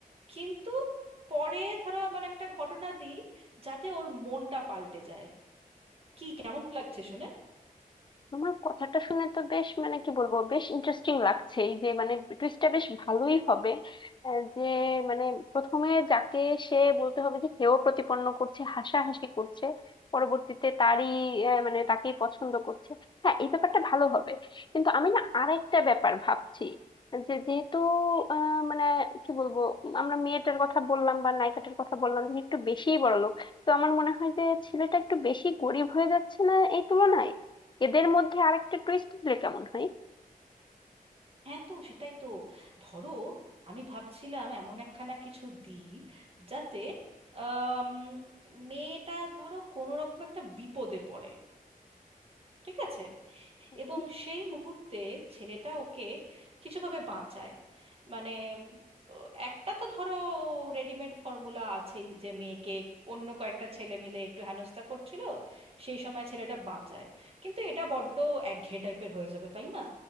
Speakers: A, on the right; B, on the left.
A: কিন্তু পরে ধরো এমন একটা ঘটনা দিই যাতে ওর মনটা পাল্টে যায় কি কেমন লাগছে শুনে
B: তোমার কথাটা শুনে তো বেশ মানে কি বলবো বেশ ইন্টারেস্টিং লাগছে এই যে মানে টুইস্টটা বেশ ভালোই হবে আহ, যে মানে প্রথমে যাকে সে বলতে হবে যে সেও প্রতিপন্ন করছে হাসাহাসি করছে পরবর্তীতে তারই আহ, মানে তাকেই পছন্দ করছে হ্যাঁ এই ব্যাপারটা ভালো হবে কিন্তু আমি না আরেকটা ব্যাপার ভাবছি যে যেহেতু আহ, মানে কি বলবো আমরা মেয়েটার কথা বললাম বা নায়িকাটার কথা বললাম যে একটু বেশিই বড়লোক তো আমার মনে হয় যে ছেলেটা একটু বেশি গরিব হয়ে যাচ্ছে না এই তুলনায় এদের মধ্যে আরেকটা টুইস্ট দিলে কেমন হয়
A: হ্যাঁ তো সেটাই তো ধরো আমি ভাবছিলাম এমন একখানা কিছু দিই যাতে আম, মেয়েটা ধরো কোনো রকম একটা বিপদে পড়ে ঠিক আছে
B: হুম।
A: এবং সেই মুহূর্তে ছেলেটা ওকে কিছুভাবে বাঁচায় মানে উম, একটা তো ধরো রেডিমেড ফর্মুলা আছেই যে মেয়েকে অন্য কয়েকটা ছেলে মিলে একটু হেনস্থা করছিল সেই সময় ছেলেটা বাঁচায় কিন্তু এটা বড্ড একঘেয়ে টাইপের হয়ে যাবে তাই না